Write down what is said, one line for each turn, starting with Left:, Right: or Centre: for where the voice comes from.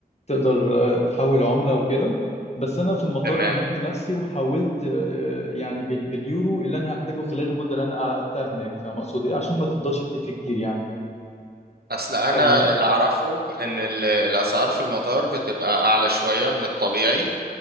Left: تقدر آه، تحول عمله وكده بس انا في المطار
Right: تمام
Left: امنت نفسي وحولت آه، يعني بال- باليورو اللي انا هحتاجه خلال المده اللي انا قعدتها هناك فاهم اقصد ايه عشان ما تفضلش تلف كتير يعني
Right: اصل انا
Left: ف-
Right: اللي اعرفه ان ال- الاسعار في المطار بتبقى اعلى شوية من الطبيعي